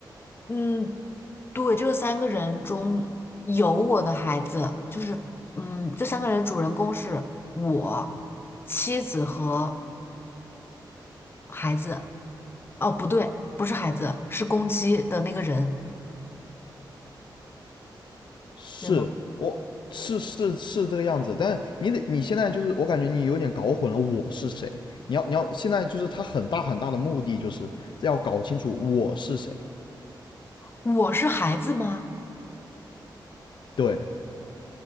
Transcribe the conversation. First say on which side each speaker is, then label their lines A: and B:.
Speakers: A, on the left; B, on the left.
A: 嗯，对，这三个人中有我的孩子，就是嗯，这三个人的主人公是我、妻子和孩子。哦，不对，不是孩子，是公鸡的那个人，
B: 是我是是是这个样子，
A: 对吗？
B: 但你得你现在就是我感觉你有点搞混了我是谁，你要你要现在就是他很大很大的目的就是要搞清楚我是谁。
A: 我是孩子吗？
B: 对